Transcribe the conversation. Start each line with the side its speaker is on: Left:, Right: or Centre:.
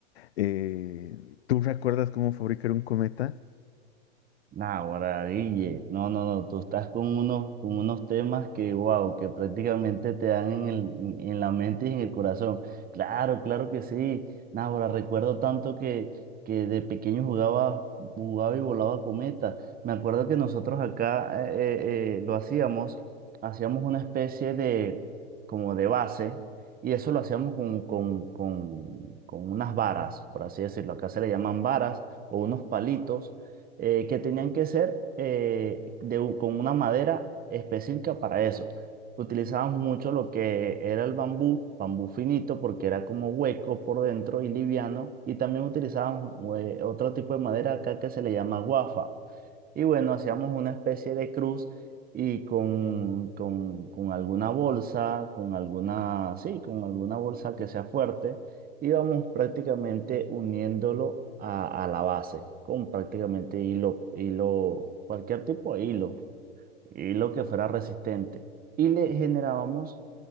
Left: Eh, ¿tú recuerdas cómo fabricar un cometa?
Right: Nah, Guille, no, no, no, tú estás con unos, con unos temas que, wow, que prácticamente te dan en el, en en la mente y en el corazón. Claro, claro que sí. Nah, ahora recuerdo tanto que, que de pequeño jugaba, jugaba y volaba cometa. Me acuerdo que nosotros acá eh, eh, eh, lo hacíamos, hacíamos una especie de, como de base, y eso lo hacíamos con, con, con, con unas varas, por así decirlo. Acá se le llaman varas o unos palitos eh, que tenían que ser eh, de u- con una madera específica para eso. Utilizábamos mucho lo que era el bambú, bambú finito, porque era como hueco por dentro y liviano, y también utilizábamos eh, otro tipo de madera acá que se le llama guafa. Y bueno, hacíamos una especie de cruz y con, con, con alguna bolsa, con alguna, sí, con alguna bolsa que sea fuerte, íbamos prácticamente uniéndolo a, a la base, con prácticamente hilo, hilo, cualquier tipo de hilo, hilo que fuera resistente. Y le generábamos,